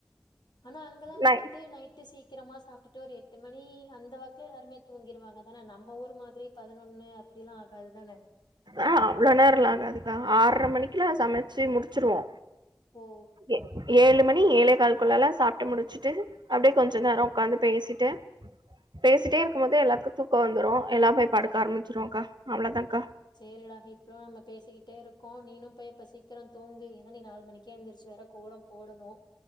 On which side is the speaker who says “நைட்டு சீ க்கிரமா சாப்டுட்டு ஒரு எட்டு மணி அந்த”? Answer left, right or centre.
Left